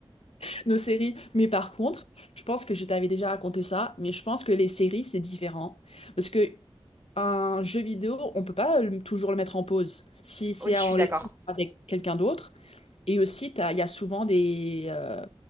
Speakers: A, on the left; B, on the right.
A: <laughs> nos séries. Mais par contre, je pense que je t'avais déjà raconté ça, mais je pense que les séries, c'est différent. Parce que un jeu vidéo, on peut pas euh, le- toujours le mettre en pause. Si c'est
B: Oui je suis
A: en
B: d'accord.
A: live avec quelqu'un d'autre, et aussi, t'as- il y a souvent des... euh,